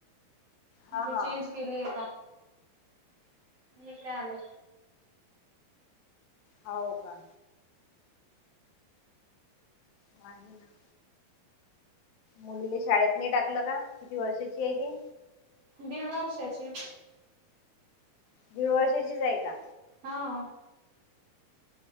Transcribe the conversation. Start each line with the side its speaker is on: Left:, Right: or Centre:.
Left: हा
Right: ती
Left: हा
Right: चेंज केली आता का इकडे आले
Left: हाव का? मा आहे ना मुलीला शाळेत नाही टाकलं का. किती वर्षाची आहे ती?
Right: दीड वर्षाचे
Left: दीड वर्षाचीच आहे का?
Right: हां